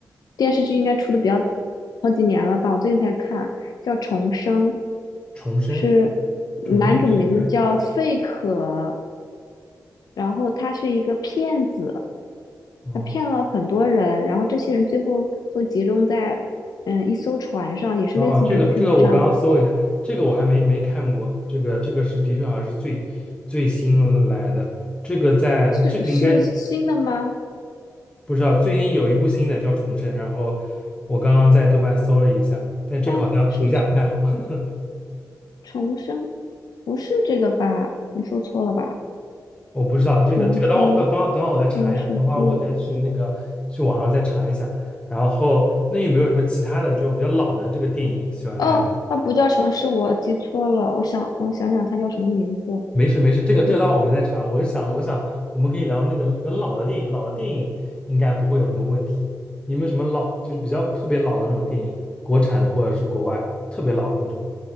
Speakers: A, on the left; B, on the left.
A: 电视剧应该出的比较好几年了吧，我最近才看，叫《重生》，
B: 重生，
A: 是男主的名字叫费可，
B: 重生是谁拍的？
A: 然后他是一个骗子，
B: 哦
A: 他骗了很多人，然后这些人最后都集中在嗯一艘船上，也是类似于这种剧本杀的，
B: 哦，这个这个我刚刚搜了一下，这个我还没没看过，这个这个是的确好像是最最新来的，这个在这个应该
A: 是是新的吗？
B: 不知道，最近有一部新的叫《重生》，然后我刚刚在豆瓣搜了一下，但这个好像评价不太好，
A: 他是
B: <laughs>
A: 重生，不是这个吧？你搜错了吧？
B: 我不知道这个这个等会我等等会等会我再查一下，
A: 重生电视剧。
B: 等会儿我再去那个去网上再查一下，然后那有没有什么其他的这种比较老的这个电影喜欢看？
A: 哦，它不叫城市，我记错了。我想，我想想，它叫什么名字？
B: 没事没事，这个这个待会儿我们再查。
A: 你
B: 我是想，我想我们可以聊那个比较老的电影，老的电影应该不会有什么问题。有没有什么老，就是比较特别老的那种电影，国产的或者是国外特别老的那种，